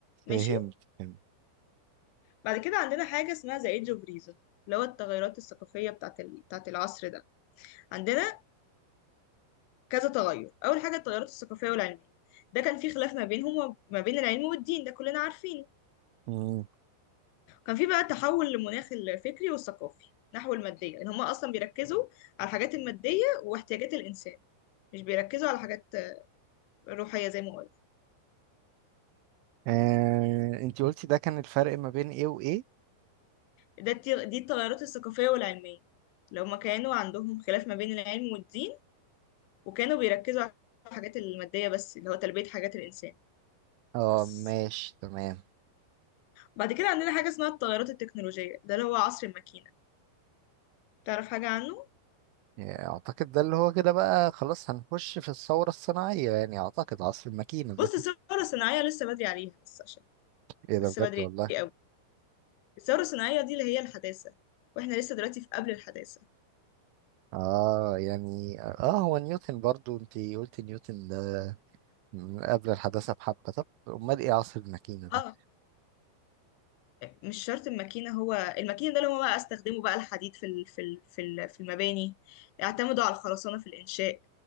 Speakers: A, on the left; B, on the right.
A: ماشي
B: فهمت فهمت
A: بعد كده عندنا حاجه اسمها ذا ايدج اوف ريزون اللي هو التغيرات الثقافيه بتاعت ال... بتاعت العصر ده عندنا كذا تغير اول حاجه التغيرات الثقافيه والعلميه ده كان في خلاف ما بينهم وما بين العلم والدين ده كلنا عارفينه
B: مم.
A: كان في بقى تحول لمناخ الفكري والثقافي نحو الماديه ان هم اصلا بيركزوا على الحاجات الماديه واحتياجات الانسان مش بيركزوا على حاجات روحيه زي ما قلنا
B: آه انتي قلتي ده كان الفرق ما بين ايه وايه
A: ده التي- دي التغيرات الثقافيه والعلميه لو ما كانوا عندهم خلاف ما بين العلم والدين وكانوا بيركزوا على الحاجات الماديه بس اللي هو تلبيه حاجات الانسان
B: اه
A: بس
B: ماشي تمام
A: بعد كده عندنا حاجه اسمها التغيرات التكنولوجيه ده اللي هو عصر الماكينه تعرف حاجة عنه؟
B: يعني اعتقد ده اللي هو كده بقى خلاص هنخش في الثورة الصناعية يعني اعتقد عصر الماكينة ده
A: بص الثورة الصناعية لسه بدري عليها بس عشان
B: <laughs> ايه ده
A: لسه
B: بجد
A: بدري
B: والله
A: قوي الثورة الصناعية دي اللي هي الحداثة واحنا لسه دلوقتي في قبل الحداثة
B: اه يعني اه هو نيوتن برضو انتي قلتي نيوتن ده من قبل الحداثة بحبة طب امال ايه عصر الماكينة ده
A: اه مش شرط الماكينة هو الماكينة ده اللي هما بقى استخدموا بقى الحديد في ال- في ال- في ال- في المباني اعتمدوا على الخرسانة في الإنشاء